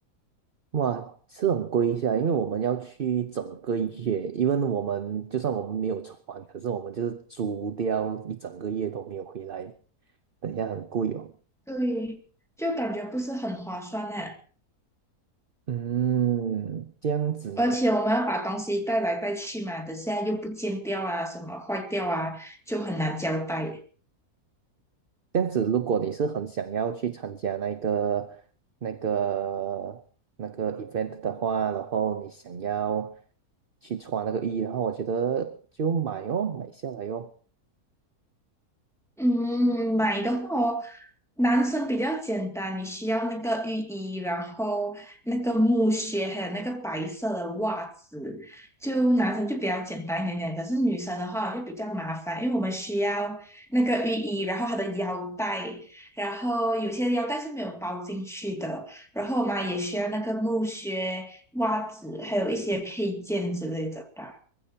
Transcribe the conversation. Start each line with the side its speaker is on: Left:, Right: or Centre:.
Right: 哇，是很贵一下，因为我们要去整个月，因为我们就算我们没有船，可是我们就是租掉一整个月都没有回来，等一下很贵哦。
Centre: 对，就感觉不是很划算呢。
Right: 嗯，这样子的
Centre: 而且我们要把东西带来带去嘛，等下又不见掉啊，什么坏掉啊，就很难交代。
Right: 这样子，如果你是很想要去参加那个、那个、那个 event 的话，然后你想要去穿那个浴衣的话，我觉得就买哦，买下来哦。
Centre: 嗯，买的话哦，男生比较简单，你需要那个浴衣，然后那个木靴，还有那个白色的袜子，就男生就比较简单一点点。可是女生的话就比较麻烦，因为我们需要那个浴衣，然后它的腰带，然后有些腰带是没有包进去的，然后我们也需要那个木靴、袜子，还有一些配件之类的吧。